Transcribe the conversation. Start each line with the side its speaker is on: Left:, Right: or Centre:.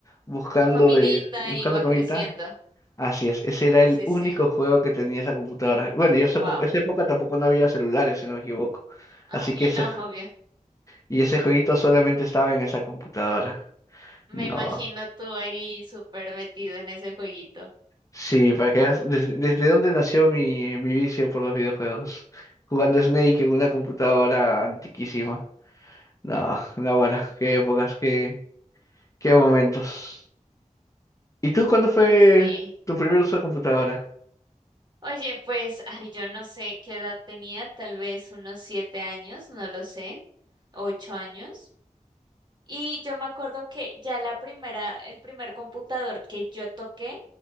Left: buscando,
Right: Comidita
Left: eh, buscando
Right: iba
Left: comida.
Right: creciendo.
Left: Así es, ese era el
Right: Sí, sí.
Left: único juego que tenía esa computadora. Bueno, y esa
Right: Wow.
Left: epo- esa época tampoco no había celulares, si no me equivoco.
Right: Ah,
Left: Así
Right: y
Left: que ese,
Right: no, obvio.
Left: y ese jueguito solamente estaba en esa computadora.
Right: Me
Left: No.
Right: imagino tú ahí súper metido en ese jueguito.
Left: Sí, para que veas des- desde, dónde nació mi, mi vicio por los videojuegos. Jugando Snake en una computadora antiquísima. No, no, ahora, qué épocas, qué, qué momentos. ¿Y tú cuándo fue
Right: Y sí.
Left: tu primer uso de computadora?
Right: Oye, pues, ay, yo no sé qué edad tenía, tal vez unos siete años, no lo sé, ocho años. Y yo me acuerdo que ya la primera, el primer computador que yo toqué